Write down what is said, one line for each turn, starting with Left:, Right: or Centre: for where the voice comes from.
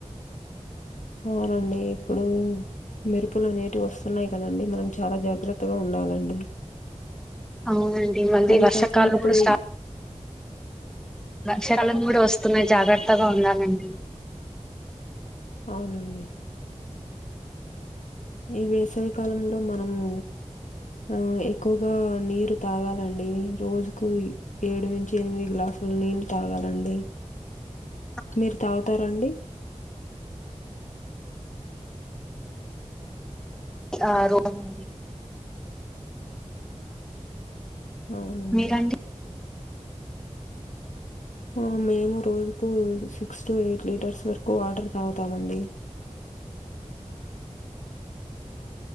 Left: అవునండి ఇప్పుడు మెరుపులు అనేటివి వస్తున్నాయి కదండి మనం చాలా జాగ్రత్తగా ఉండాలండి
Centre: అవునండి మళ్ళీ
Left: అది
Centre: వర్షకాలం
Left: కాక ఇప్పుడు
Centre: కూడా స్టార్ట్
Left: ఈ-
Centre: వర్షాకాలం కూడా వస్తున్నాయి జాగ్రత్తగా ఉండాలండి
Left: అవునండి ఈ వేసవి కాలంలో మనము ఆ ఎక్కువగా నీరు తాగాలండి రోజుకు ఏడు నుంచి ఎనిమిది గ్లాసుల నీళ్లు తాగాలండి
Centre: అ
Left: మీరు తాగుతార అండి?
Centre: ఆ రోజు
Left: అవునండి
Centre: మీరండి
Left: ఆ మేము రోజుకు సిక్స్ టు ఎయిట్ లీటర్స్ వరకు వాటర్ తాగుతామండి